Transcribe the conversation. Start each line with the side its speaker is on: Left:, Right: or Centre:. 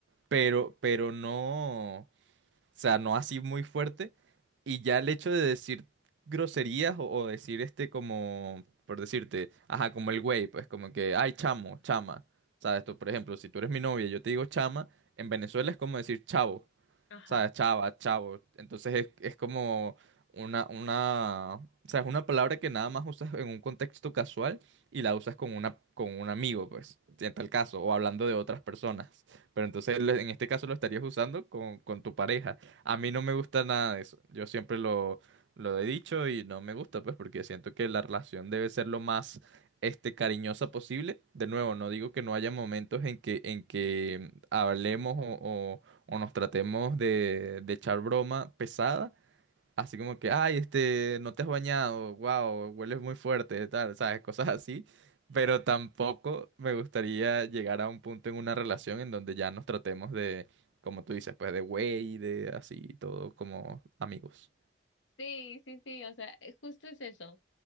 Right: pero, pero no. O sea, no así muy fuerte. Y ya el hecho de decir groserías o, o decir este como, por decirte, ajá, como el güey, pues como que, ay, chamo, chama. ¿Sabes? Tú, por ejemplo, si tú eres mi novia y yo te digo chama, en Venezuela es como decir chavo.
Left: Ajá.
Right: ¿Sabes? Chava, chavo. Entonces es, es como una, una, o sea, es una palabra que nada más usas en un contexto casual y la usas con una, con un amigo, pues, en tal caso, o hablando de otras personas. Pero entonces lo- en este caso lo estarías usando con, con tu pareja. A mí no me gusta nada de eso. Yo siempre lo, lo he dicho y no me gusta, pues, porque siento que la relación debe ser lo más, este, cariñosa posible. De nuevo, no digo que no haya momentos en que, en que hablemos o, o- o nos tratemos de, de echar broma pesada Así como que, ay, este, no te has bañado, wow, hueles muy fuerte, tal, sabes, cosas así. Pero tampoco me gustaría llegar a un punto en una relación en donde ya nos tratemos de, como tú dices, pues de güey, de así, todo como amigos.
Left: Sí, sí, sí, o sea, eh, justo es eso.